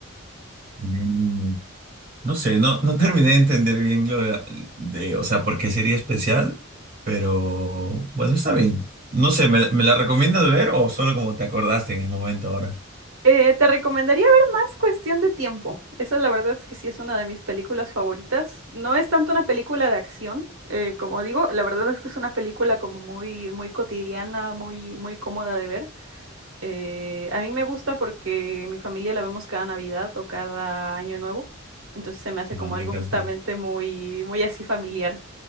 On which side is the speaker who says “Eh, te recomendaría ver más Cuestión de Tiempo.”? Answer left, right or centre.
Right